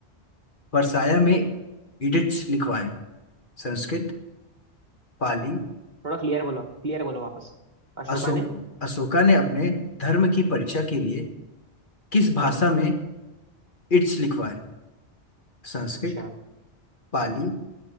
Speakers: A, on the left (about 45°); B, on the right (about 45°).
A: वर्साया में एडिक्ट्स लिखवाए संस्कृत पाली
B: थोड़ा क्लियर बोलो क्लियर बोलो वापस अशोका
A: अशोक
B: ने
A: अशोका ने अपने धर्म की परीक्षा के लिए किस भाषा
B: हाँ
A: में इट्स लिखवाया संस्कृत
B: अच्छा
A: पाली